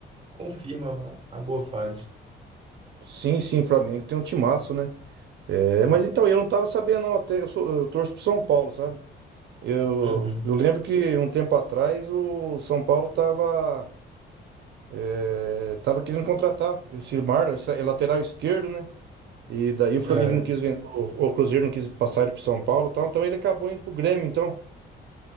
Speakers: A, on the right; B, on the right.
A: confirma a, a boa fase.
B: Sim, sim, o Flamengo tem um timaço, né? É, mas então, eu não tava sabendo, não, até eu, sou, eu torço pro São Paulo, sabe? Eu,
A: Uhum.
B: eu lembro que um tempo atrás o São Paulo tava, é, tava querendo contratar esse Marlon, esse é lateral esquerdo, né? E daí o Flamengo
A: É.
B: não quis, ven- o, o Cruzeiro não quis passar ele pro São Paulo, e tal, então ele acabou indo pro Grêmio, então.